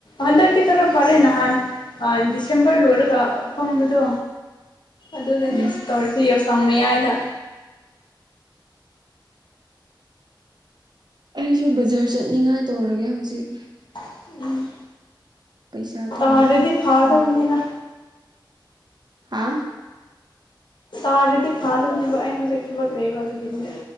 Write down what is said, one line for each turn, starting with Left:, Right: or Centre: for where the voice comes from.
Left: ꯍꯟꯗꯛꯇꯤ ꯈꯔ ꯐꯔꯦ ꯅꯍꯥꯟ ꯗꯤꯁꯦꯝꯕꯔ ꯂꯣꯏꯔꯒ ꯐꯝꯕꯗꯣ ꯑꯗꯨꯗꯅꯦ
Right: ꯎꯝ
Left: ꯇꯧꯔꯤꯁꯤ ꯌꯥꯎꯁꯪ ꯃꯌꯥꯏꯗ
Right: ꯑꯩꯁꯨ ꯕꯖꯥꯔ ꯆꯠꯅꯤꯡꯉꯥꯏ ꯇꯧꯔꯒꯦ ꯍꯧꯖꯤꯛ
Left: ꯎꯝ
Right: ꯄꯩꯁꯥ ꯊꯥ
Left: ꯇꯥꯔꯗꯤ ꯐꯥꯗꯕꯅꯤꯅ
Right: ꯇꯧꯗꯕ ꯍꯥ
Left: ꯇꯥꯔꯗꯤ ꯐꯥꯗꯣꯅꯦꯕ ꯑꯩ ꯍꯧꯖꯤꯛ ꯊꯕꯛ ꯂꯩꯕ ꯑꯗꯨꯒꯤꯅꯤꯗ